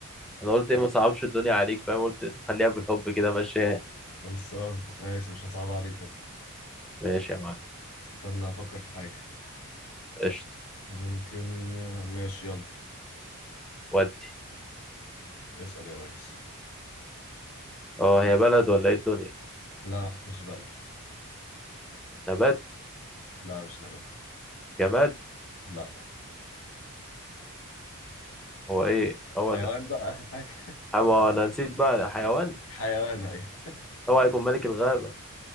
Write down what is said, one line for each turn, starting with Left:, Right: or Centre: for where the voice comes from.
Centre: أنا قلت إيه ما صعبش الدنيا عليك فاهم قلت خليها بالحب كده ماشي
Left: خلصان ماشي مش هصعب عليك برضه
Centre: ماشي يا معلم
Left: استنى أفكر في حاجة
Centre: قشطة
Left: ممكن ماشي يلا
Centre: ودي
Left: اسأل يا ريس
Centre: اه هي بلد ولا إيه الدنيا
Left: لا مش بلد
Centre: نبات
Left: لا مش نبات
Centre: جماد
Left: لا
Centre: هو إيه هو
Left: حيوان
Centre: أنا
Left: بقى آخر حاجة
Centre: أما أنا نسيت بقى حيوان
Left: <laughs> حيوان أيوه
Centre: هو هيكون ملك الغابة